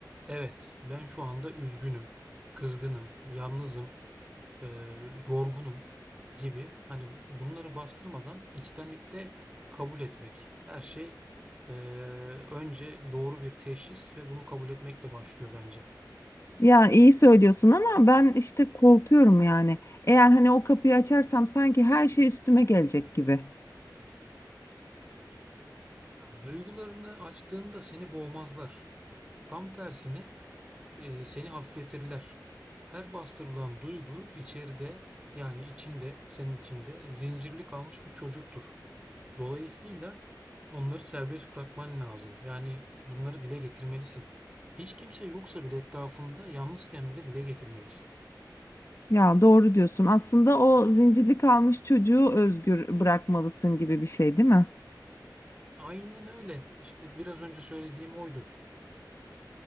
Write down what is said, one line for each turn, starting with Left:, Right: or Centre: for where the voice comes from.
Right: Evet, ben şu anda üzgünüm, kızgınım, yalnızım, eee, yorgunum gibi. Hani bunları bastırmadan içtenlikle kabul etmek. Her şey eee, önce doğru bir teşhis ve bunu kabul etmekle başlıyor bence.
Left: Ya iyi söylüyorsun ama ben işte korkuyorum yani. Eğer hani o kapıyı açarsam sanki her şey üstüme gelecek gibi.
Right: Ya, Duygularını açtığında seni boğmazlar. Tam tersine e, seni hafifletirler. Her bastırılan duygu içeride yani içinde senin içinde zincirli kalmış bir çocuktur. Dolayısıyla onları serbest bırakman lazım. Yani bunları dile getirmelisin. Hiç kimse yoksa bile etrafında yalnızken bile dile getirmelisin.
Left: Ya doğru diyorsun. Aslında o zincirli kalmış çocuğu özgür bırakmalısın gibi bir şey değil mi?
Right: Aynen öyle. İşte biraz önce söylediğim oydu.